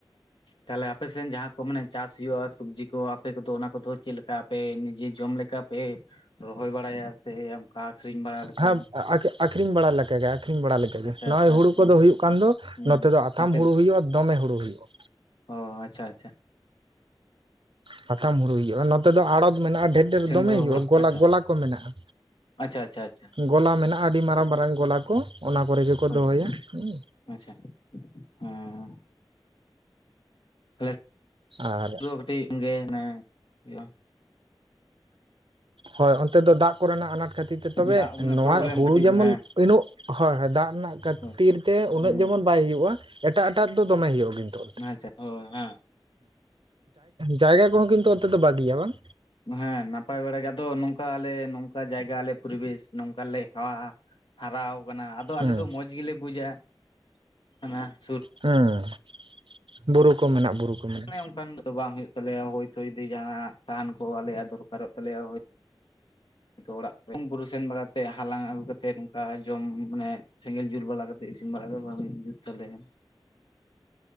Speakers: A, on the left; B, on the right.
A: ᱛᱟᱦᱚᱞᱮ ᱟᱯᱮ ᱥᱮᱱ ᱡᱟᱦᱟᱸ ᱠᱚ ᱢᱟᱱᱮ ᱪᱟᱥ ᱦᱩᱭᱩᱜᱼᱟ, ᱥᱚᱵᱽᱡᱤ ᱠᱚ ᱟᱯᱮ ᱠᱚᱫᱚ ᱚᱱᱟ ᱠᱚᱫᱚ ᱪᱮᱫ ᱟᱯᱮ ᱱᱤᱡᱮ ᱡᱚᱢ ᱞᱮᱠᱟ ᱯᱮ ᱨᱚᱦᱚᱭ ᱵᱟᱲᱟᱭᱟ ᱥᱮ ᱚᱱᱠᱟ ᱟᱠᱷᱨᱤᱧ ᱵᱟᱲᱟ᱾ ᱞᱮᱠᱟ
B: <unintelligible> ᱟᱠᱷᱨᱤᱧ ᱵᱟᱲᱟ ᱞᱮᱠᱟ ᱜᱮ, ᱟᱠᱷᱨᱤᱧ ᱵᱟᱲᱟ ᱞᱮᱠᱟ᱾
A: ᱟᱪᱪᱷᱟ
B: ᱱᱚᱜᱼᱚᱭ
A: ᱟᱪᱪᱷᱟ
B: ᱦᱩᱲᱩ
A: ᱟᱪᱪᱷᱟ
B: ᱠᱚᱫᱚ ᱦᱩᱭᱩᱜ ᱠᱟᱱ ᱫᱚ,
A: ᱦᱩᱸ
B: ᱱᱚᱛᱮ ᱫᱚ ᱟᱛᱷᱟᱢ
A: ᱟᱯᱮ
B: ᱦᱩᱲᱩ ᱦᱩᱭᱩᱜᱼᱟ᱾ ᱫᱚᱢᱮ ᱦᱩᱲᱩ ᱦᱩᱭᱩᱜᱼᱟ᱾
A: ᱚ ᱟᱪᱪᱷᱟ ᱟᱪᱪᱷᱟ᱾
B: ᱥᱟᱛᱷᱟᱢ ᱦᱩᱲᱩ ᱦᱩᱭᱩᱜᱼᱟ, ᱱᱚᱛᱮ ᱫᱚ ᱟᱲᱚᱛ ᱢᱮᱱᱟᱜᱼᱟ ᱰᱷᱮᱨ ᱰᱷᱮᱨ
A: ᱥᱮᱱ
B: ᱫᱚᱢᱮ
A: ᱫᱚ
B: ᱦᱩᱭᱩᱜᱼᱟ,
A: ᱦᱩᱲᱩ
B: ᱜᱚᱞᱟ
A: ᱟᱪᱪᱷᱟ
B: ᱜᱚᱞᱟ ᱠᱚ ᱢᱮᱱᱟᱜᱼᱟ᱾
A: ᱟᱪᱪᱷᱟ ᱟᱪᱪᱷᱟ ᱟᱪᱪᱷᱟ
B: ᱜᱚᱞᱟ ᱢᱮᱱᱟᱜᱼᱟ ᱟᱹᱰᱤ ᱢᱟᱨᱟᱝ ᱢᱟᱨᱟᱝ ᱜᱚᱞᱟ ᱠᱚ ᱚᱱᱟ ᱠᱚᱨᱮ ᱜᱮᱠᱚ
A: ᱦᱳᱭ
B: ᱫᱚᱦᱚᱭᱟ᱾ ᱦᱩᱸ
A: ᱟᱪᱪᱷᱟ ᱦᱮᱸ ᱛᱟᱦᱚᱞᱮ
B: ᱟᱨ
A: ᱫᱚ ᱠᱟᱹᱴᱤᱡ ᱜᱮ ᱦᱩᱭᱩᱜᱼᱟ᱾
B: ᱦᱳᱭ ᱚᱱᱛᱮ ᱫᱚ ᱫᱟᱜ ᱠᱚᱨᱮᱱᱟᱜ ᱟᱱᱟᱴ ᱠᱷᱟᱹᱛᱤᱨ ᱛᱚᱵᱮ
A: ᱫᱟᱜ ᱢᱟᱱᱮ
B: ᱱᱚᱣᱟ
A: ᱯᱨᱚᱵᱞᱮᱢ
B: ᱦᱩᱲᱩ
A: ᱠᱟᱹᱴᱤᱡ
B: ᱡᱮᱢᱚᱱ
A: ᱦᱮᱸ
B: ᱩᱱᱟᱹᱜ ᱦᱳᱭ-ᱦᱳᱭ ᱫᱟᱜ ᱨᱮᱱᱟᱜ ᱠᱷᱟᱹᱛᱤᱨ
A: ᱦᱳᱭ
B: ᱛᱮ ᱩᱱᱟᱹᱜ
A: ᱦᱮᱸ
B: ᱡᱮᱢᱚᱱ᱾ ᱵᱟᱭ ᱦᱩᱭᱩᱜᱼᱟ, ᱮᱴᱟᱜ ᱮᱴᱟᱜ ᱫᱚᱢᱮ ᱦᱩᱭᱩᱜᱼᱟ ᱠᱤᱱᱛᱩ᱾ ᱦᱮᱸ
A: ᱟᱪᱪᱷᱟ ᱦᱳᱭ ᱦᱮᱸ
B: ᱡᱟᱭᱜᱟ ᱠᱚᱦᱚᱸ ᱠᱤᱱᱛᱩ ᱚᱱᱛᱮ ᱫᱚ ᱵᱟᱹᱜᱤᱭᱟ ᱵᱟᱝ?
A: ᱦᱮᱸ ᱱᱟᱯᱟᱭ ᱵᱟᱲ ᱜᱮ ᱟᱫᱚ ᱱᱚᱝᱠᱟ ᱟᱞᱮ ᱱᱚᱝᱠᱟ ᱡᱟᱭᱜᱟ ᱞᱮ ᱯᱚᱨᱤᱵᱮᱥ ᱱᱚᱝᱠᱟ ᱞᱮ ᱦᱮᱣᱟ᱾ ᱦᱟᱨᱟ ᱣᱟᱱᱟ ᱟᱫᱚ
B: ᱦᱩᱸ
A: ᱟᱞᱮ ᱫᱚ ᱢᱚᱸᱡᱽ ᱜᱮᱞᱮ ᱵᱩᱡᱟ ᱾
B: ᱦᱮᱸ ᱵᱩᱨᱩ ᱠᱚ ᱢᱮᱱᱟᱜ ᱵᱩᱨᱩ ᱠᱚ᱾ ᱢᱮᱱᱟᱜ
A: ᱮ ᱚᱱᱠᱟ ᱫᱚ ᱵᱟᱝ ᱦᱩᱭᱩᱜ ᱛᱟᱞᱮᱭᱟ, ᱦᱳᱭᱛᱳ ᱡᱩᱫᱤ ᱡᱟᱦᱟᱱᱟᱜ ᱥᱟᱦᱟᱱ ᱠᱚ ᱟᱞᱮᱭᱟᱜ ᱫᱚᱨᱠᱟᱨᱚᱜ ᱛᱟᱞᱮᱭᱟ᱾ ᱚᱲᱟᱜ ᱵᱩᱨᱩ ᱥᱮᱱ ᱵᱟᱲᱟ ᱛᱮ ᱦᱟᱞᱟᱝ ᱟᱹᱜᱩ ᱠᱟᱛᱮ ᱡᱚᱢ ᱢᱟᱱᱮ ᱥᱮᱸᱜᱮᱞ ᱡᱩᱞ ᱵᱟᱲᱟ ᱠᱟᱛᱮᱫ ᱤᱥᱤᱱ ᱵᱟᱲᱟ ᱠᱟᱛᱮ ᱵᱷᱟᱜᱤ ᱡᱩᱛ ᱛᱟᱞᱮᱭᱟ᱾